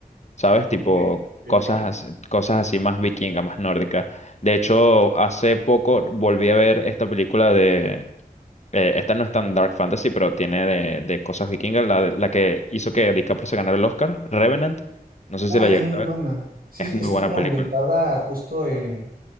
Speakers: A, on the left; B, on the right.
A: ¿sabes?
B: Ok,
A: Tipo
B: ok,
A: cosas,
B: ok.
A: as- cosas así más vikinga, más nórdica. De hecho, hace poco volví a ver esta película de... eh, esta no es tan dark fantasy, pero tiene de, de cosas vikingas, la, de- la que hizo que DiCaprio se ganara el Oscar, Revenant. No sé
B: Uy,
A: si la llegaste
B: es muy
A: a
B: buena.
A: ver.
B: Sí,
A: Es
B: sí,
A: muy
B: está
A: buena
B: como
A: película.
B: ambientada justo en